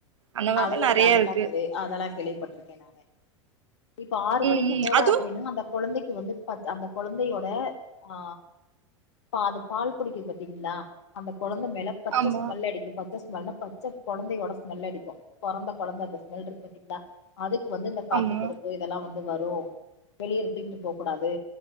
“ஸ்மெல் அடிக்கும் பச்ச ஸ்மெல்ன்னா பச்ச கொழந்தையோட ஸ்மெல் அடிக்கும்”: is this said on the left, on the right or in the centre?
Left